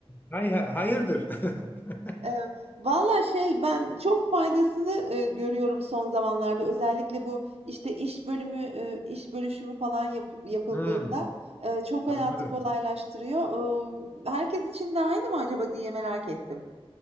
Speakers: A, on the left; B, on the right.
A: Hay, hay- hayırdır? <laughs>
B: E, Valla şey ben çok faydasını e, görüyorum son zamanlarda. Özellikle bu işte iş bölümü, e, iş bölüşümü falan yap- yapıldığında
A: Hmm,
B: e, çok hayatı
A: anladım.
B: kolaylaştırıyor. E, herkes için de aynı mı acaba diye merak ettim.